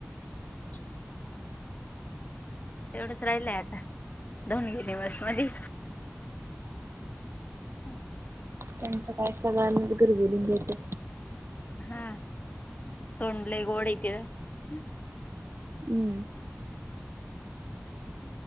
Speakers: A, on the left; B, on the right.
A: <inaudible> तेवढंच राहिलय आता दोन गे दिवस मधी. हम.
B: त्यांचं काय सळनाच घर बोलून घेत.
A: हा तोंड लय गोड हाय किग.
B: हम्म